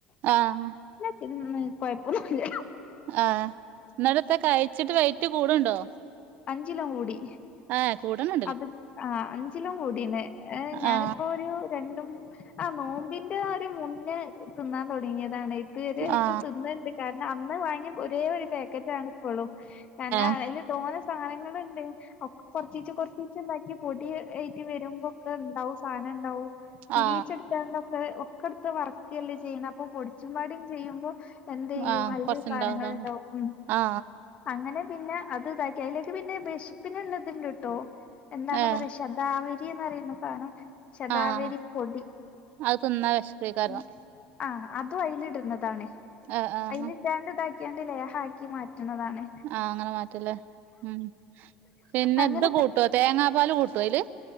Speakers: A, on the right; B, on the left.
A: ആഹ്
B: തിന്ന് കൊഴപ്പം ഒന്നുല്ല്യ
A: ആഹ്, ന്നിട്ടെന്താ കഴിച്ചിട്ട് വെയ്റ്റ് കൂടുണ്ടോ
B: അഞ്ചിലോ കൂടി
A: ആയെ കൂടണ്
B: അത് ആഹ് അഞ്ചിലോം കൂടിന് ഏ ഞാനിപ്പൊ
A: ആ
B: ഒരൂ രണ്ടും ആഹ് നോമ്പിന്റെ ആ ഒരു മുന്നേ തിന്നാൻ തൊടങ്ങിയതാണ് തീരായിട്ടും
A: ആ
B: തിന്ന്ണ്ട് കാരണം അന്ന് വാങ്ങിയ ഒരേ ഒരു പാക്കറ്റാണ് ഇപ്പൊളും കാരണം
A: ഏ
B: അതില് തോനെ സാനങ്ങളുണ്ട് ഒക്ക് കൊറച്ചീച്ചെ കൊറ ച്ചീച്ച് ഇണ്ടാക്കിയ പൊടി യേറ്റ് വരുമ്പോക്കെ ഇണ്ടാവും സാധനംണ്ടാവും ഇത്തീരീച്ച
A: ആ
B: എടുത്ത ഒക്കെടുത്ത് വറുക്കെയല്ലേ ചെയ്യെണേ അപ്പൊ പൊടിച്ചുംമ്പാടി ചെയ്യുമ്പോ അപ്പെന്തെയ്യും
A: ആ
B: അതില്
A: കൊറച്ചുണ്ടാവുംല്ലേ
B: സാനങ്ങള്ണ്ടാവും ഉം
A: ആ
B: അങ്ങനെ പിന്നെ അത് ഇതാക്കി അയിലേക്ക് പിന്നെ വെഷ്പ്പിനുള്ള ഇതുണ്ട് ട്ടോ എന്താണ്
A: ഏ
B: പറയാ ശതാവരിന്ന് പറയുന്ന സാനം ശതാവരി
A: ആഹ്
B: പൊടി
A: അത് തിന്നാ വെശക്കേക്കാരം
B: മ്ം ആഹ് അത് തു അതിലിടുന്നതാണ്
A: ആഹ് ആഹ്
B: അതിലിട്ടാണ്ടിതാക്കിയാണ്ട് ലേഹാക്കി മാറ്റണതാണ്
A: ആഹ് അങ്ങനെ മാറ്റമല്ലേ ഉം. പിന്നെ
B: അങ്ങനെപ്പെ
A: ഇതു കൂട്ടുവോ തേങ്ങാപ്പാല് കൂട്ടുവോ അയില്